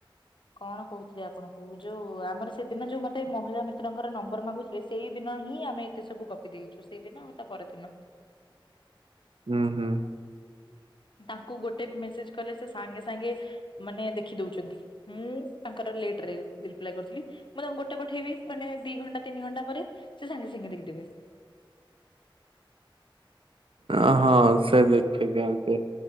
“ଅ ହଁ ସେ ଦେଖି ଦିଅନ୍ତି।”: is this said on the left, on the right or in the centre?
Right